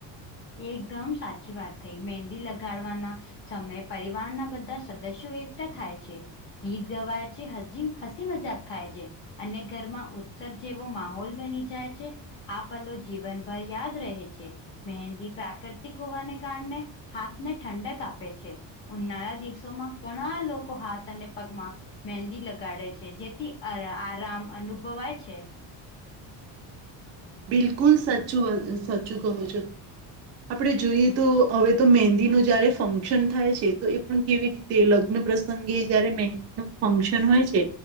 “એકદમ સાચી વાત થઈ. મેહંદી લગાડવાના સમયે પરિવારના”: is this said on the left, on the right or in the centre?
Left